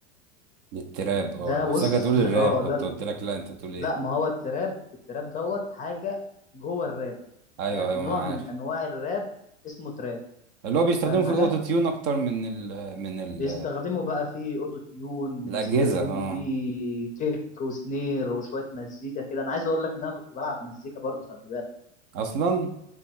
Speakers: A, on the right; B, on the left.
A: للتراب اه
B: ده
A: بحسك
B: بص
A: هتقول
B: <laughs>
A: الراب
B: اه
A: كنت
B: ده ال-
A: قلت لك لا انت بتقول ايه
B: لا ما هو التراب التراب دوت حاجه جوه الراب
A: ايوه
B: فاهم
A: ايوه ما
B: نوع
A: انا عارف
B: من انواع الراب اسمه تراب
A: اللي هو بيستخدمه
B: فاهم
A: في
B: حاجه
A: الاوتو تيون اكتر من ال من ال
B: بيستخدموا بقى في اوتو تيون
A: الاجهزه
B: بيستخدموا
A: اه
B: في كيك وسنير وشويه مزيكا كده انا عايز اقول لك ان انا كنت بلعب مزيكا برضو خلي بالك
A: اصلا